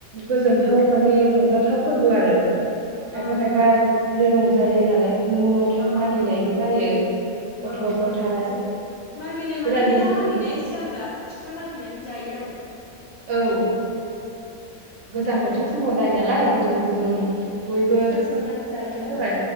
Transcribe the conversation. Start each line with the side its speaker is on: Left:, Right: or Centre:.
Right: गोजोनथाव माने रंजाथाव फोरबो आरो खायफा
Left: औ
Right: खायफा बिदिनो रंजायो नालाय न' न' था
Left: औ
Right: मागिनायबो जायो गथ'
Left: औ मागिनायबो
Right: गथाय
Left: जायो मागिनाय
Right: गोदान
Left: माने बेना
Right: बोसोरनि
Left: मागिनाया एसे आलादा फिथ था मागिनानै जायो आरो
Right: औ
Left: फिथा
Right: गोजां बोथोर समाव जायो नालाय गु दुं गुदुं बयबो
Left: फिथा सावनानै जायो
Right: फिथा
Left: आरो
Right: सौराय